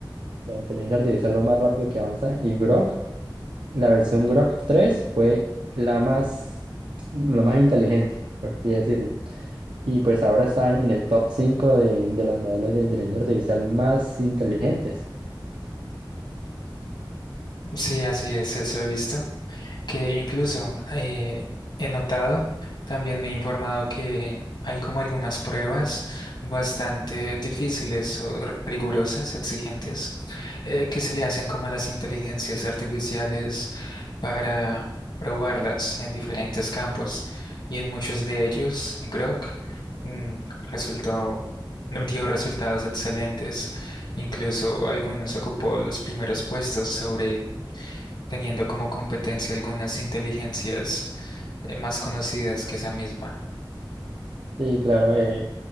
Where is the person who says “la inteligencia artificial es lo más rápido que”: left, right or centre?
Right